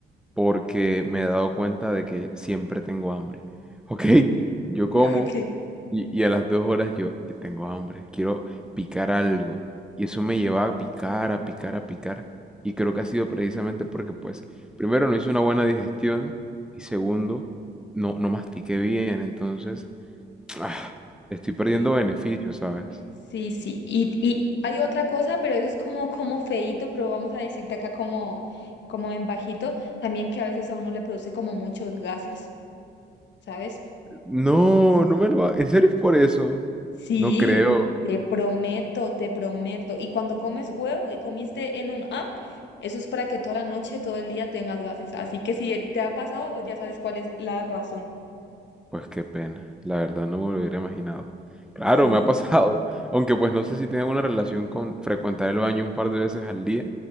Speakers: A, in the centre; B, on the left.
A: porque me he dado cuenta de que siempre tengo hambre. Ok, yo como,
B: Ok.
A: Y, y a las dos horas yo, yo tengo hambre, quiero picar algo. Y eso me lleva a picar, a picar, a picar. Y creo que ha sido precisamente porque, pues, primero no hice una buena digestión y segundo, no, no mastiqué bien. Entonces, ah, estoy perdiendo
B: Sí,
A: beneficios, ¿sabes?
B: sí, sí. Y, y hay otra cosa, pero eso es como, como feíto, pero vamos a decirte acá como, como en bajito, también que a veces a uno le produce como muchos gases, ¿sabes?
A: No, no me lo... ha- ¿En serio es por eso?
B: Sí,
A: No creo.
B: te prometo, te prometo. Y cuando comes huevo y comiste en un AM, eso es para que toda la noche, todo el día tengas gases. Así que si te ha pasado, ya sabes cuál es la razón.
A: Pues qué pena, la verdad no me lo hubiera imaginado. Claro,
B: Sí,
A: me ha pasado, <laughs> aunque pues no sé si tiene una relación con frecuentar el baño un par de veces al día.